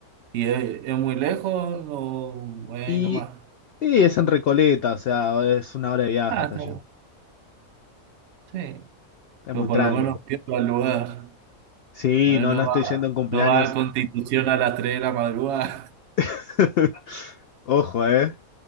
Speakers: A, on the right; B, on the left.
A: ¿Y es, es muy lejos o voy ahí
B: y,
A: nomás?
B: y es en Recoleta, o sea, es una hora de viaje
A: Ah,
B: hasta
A: está
B: allá.
A: bien. sí.
B: Está
A: Pero
B: muy
A: por
B: tranqui.
A: lo menos pierda el lugar.
B: Sí,
A: Eh,
B: no,
A: No
B: no estoy
A: va,
B: yendo en cumpleaños.
A: no va a Constitución a las tres de la madrugada.
B: <laughs> Ojo, ¿eh?